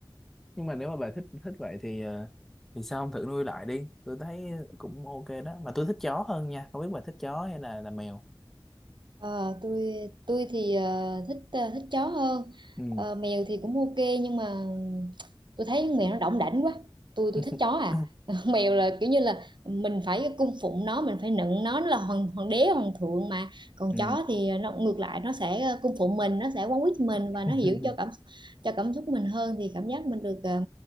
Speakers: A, in the centre; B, on the right.
A: nhưng mà nếu mà bà thích thích vậy thì ờ, thì sao không thử nuôi lại đi tôi thấy cũng ok đó mà tôi thích chó hơn nha không biết bà thích chó hay là là mèo
B: Ờ, tôi tôi thì ờ, thích ờ, thích chó hơn
A: ừ
B: Ờ, mèo thì cũng ok nhưng mà tôi thấy con mèo nó đỏng đảnh quá tôi tôi
A: <laughs>
B: thích chó à <laughs> mèo là kiểu như là mình phải cung phụng nó mình phải nựng nó nó là hoàng hoàng đế hoàng thượng mà còn
A: ừ
B: chó thì nó ngược lại nó sẽ ờ, cung phụng mình nó sẽ quấn quýt mình
A: <laughs>
B: và nó hiểu cho cảm cho cảm xúc mình hơn thì cảm giác mình được ờ,